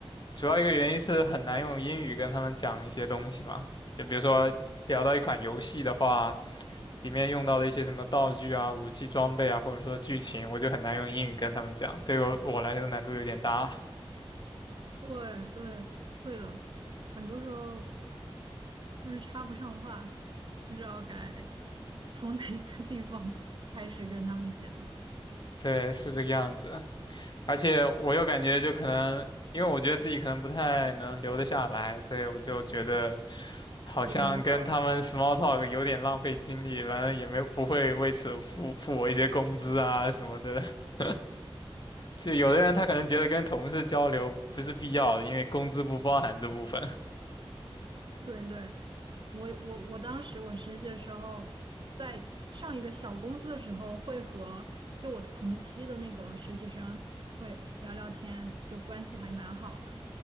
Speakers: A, on the left; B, on the right.
A: 主要一个原因是很难用英语跟他们讲一些东西嘛，就比如说聊到一款游戏的话，里面用到的一些什么道具啊、武器装备啊，或者说剧情，我就很难用英语跟他们讲，对我我来说难度有点大。
B: 对对，会的，很多时候就是插不上话，不知道该从哪个地方开始跟他们讲，
A: 对，是这个样子。而且我又感觉就可能，因为我觉得自己可能不太能留得下来，所以我就觉得好像跟他们
B: 也没有。
A: small talk 有点浪费精力，反正也没有不会为此付付我一些工资啊什么的。<laughs> 就有的人他可能觉得跟同事交流不是必要的，因为工资不包含这部分。
B: 对对，我我我当时我实习的时候，在上一个小公司的时候，会和就我同期的那个实习生会聊聊天，就关系还蛮好的。